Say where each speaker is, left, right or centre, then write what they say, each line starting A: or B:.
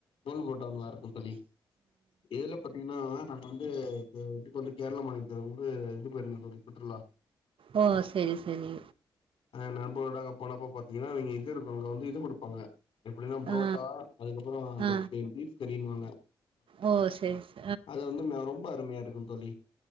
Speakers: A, on the left; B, on the right.
A: நூல் பரோட்டா நல்லா இருக்கும் தோழி எதுல பத்தி இன்னு நம்ம வந்து இதுக்கு வந்து கேரள மாநிலத்து வந்து இது போயிருந்த தோழி சுற்றுலா
B: ஓ செரி செரி
A: ஆ நம்பளோட அங்க போனப்ப பாத்தீங்கன்னா நீங்க இது இருக்கு அங்க வந்து இத கொடுப்பாங்க எப்டின்னா புரோட்டா
B: ஆ
A: அதுக்கபறோ அந்த
B: ஆ
A: பீப் பீப் கரினுவாங்க
B: ஓ செரி செரி
A: அது வந்து மே ரொம்ப அருமையா இருக்கு தோழி